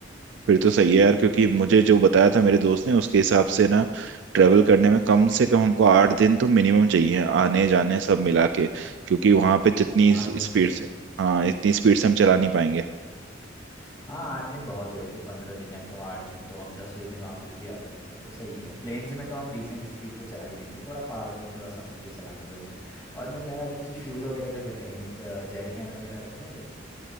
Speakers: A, on the right; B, on the left.
A: फिर तो सही है यार क्योंकि मुझे जो बताया था मेरे दोस्त ने उसके हिसाब से ना ट्रेवल करने में कम से कम हमको आठ दिन तो मिनिमम चाहिए आने जाने सब मिला के क्योंकि वहां
B: हम्म,
A: पे जितनी स्पीड
B: आठ दिन तो
A: से हाँ इतनी स्पीड से हम चला
B: हाँ
A: नहीं पाएंगे
B: हाँ आठ दिन बहुत हुए फिर पंद्रह दिन है तो आठ दिन तो हम दसवें दिन वापस भी आ सकते हैं तो सही है प्लेन्स में तो हम डिसेंट स्पीड पे चला ही लेंगे थोड़ा पहाड़ों में थोड़ा संभल के चलाना पड़ेगा और मैं कह रहा था कि फ्यूल वगैरह का क्या करेंगे जैरी कैन वगैरह रखने हैं फिर